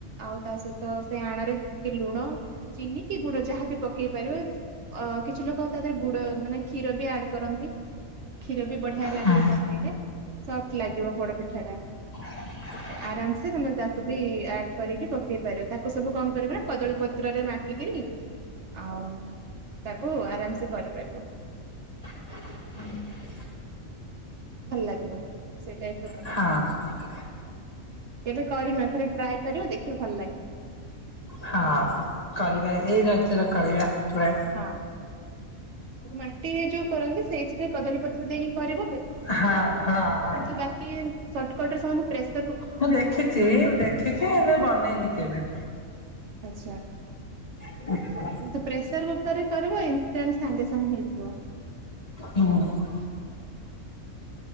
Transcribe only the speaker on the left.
ହଁ
<inaudible>
ହଁ।
ହଁ।
ହଁ। କରିବା ଏଇ ରଜରେ କରିବା ଟ୍ରାଏ।
ହଁ
ହଁ ହଁ
ମୁଁ ଦେଖିଛି ଦେଖିଛି ହେଲେ
ବନେଇନି କେବେ।
ହ
ହୁଁ।